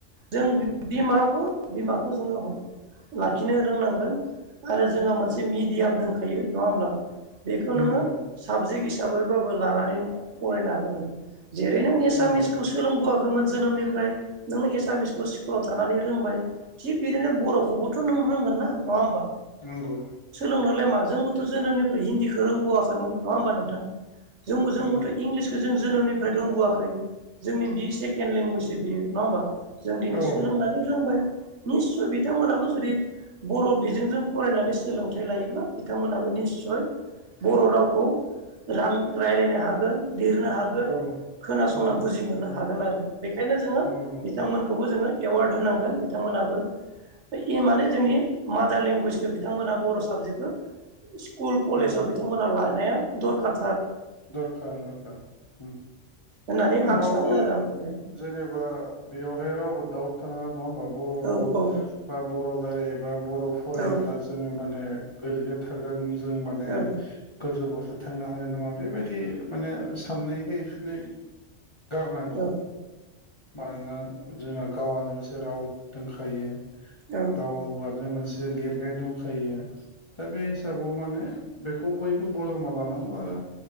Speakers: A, on the right; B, on the left.
A: जों बिमाखौ बिमाखौ जोङो हर लाखिनो रोंनांगोन आरो जोंहा मोनसे मि मियाम दखायो नङा हब्ला बेखौ
B: नंगौ
A: नोङो साबजेक् हिसाबै हिसाबैबाबो लानानै फरायनो हागोन आरो जेरै नों एसामिसखौ
B: नंगौ
A: सोलोंबो जोनोमनिफ्राय नोङ एसामिसखौ स्कुलाव थानानै रोंबाय थिग बिदिनो बर'खौबोथ' नों रोंगोन नङा होमबा?
B: नंगौ
A: नोलाय मा जोंबोथ' जोनोमनिफ्राय हिन्दीखौ रोंबोआाखैमोन नङा होमबा नोंथां? जों जोंबोथ'
B: नंगौ
A: इंलिसखौ जों जोनोमनिफ्राय रोंबोआखै जोंनि बि सेकेणड लेंगुवेजसो बियो नङा होमबा? जों दिनै
B: औ
A: सोलोंनानै रोंबाय निस्सय बिथांमोनाबो जुदि बर' बिजोंजों फरायनानै सोलों थाइ लायोब्ला बिथांमोनाबो निसय बर' रावखौ रां रायज्लायनो हागोन लिरनो हागोन
B: औ
A: खोनासंना
B: औ
A: बुजि मोननो हागोन आरो। बेखायनो जोङो
B: नंगौ नंगौ
A: बिथांमोनखौबो जोङो एवार्ड होनांगोन बिथांमोनाबो इ माने जोंनि मादार लेंगुवेजखौ बिथांमोनहा बर' साबजेक्टखौ स्कुल कलेजाव
B: औ
A: बिथांमोना लानाया दरखार
B: दरखार औ
A: होननानै आं
B: रावबो
A: सानो आरो आंनिफ्राय
B: जेनेबा बेयावहाय रावबो दाउट नाङा नङा होमबा बर' राव
A: औ औ
B: बा बर' रायलायोबा बर' फरायोब्ला
A: औ
B: जोङो माने गोरलैनो थागोन जों माने
A: औ
B: गोजौआवसेो थांनो हानाय नङा। बेबायदि माने साननायखाय एक्सुलि गारनांगौ
A: औ
B: मानोना जोंहा गावआनो मोनसे राव दोनखायो
A: औ
B: गावआनो मोनसे लिरनाय दंखायो दा बे हिसाबाव माने बेखौ बयबो बजबमा लानांगौ आरो।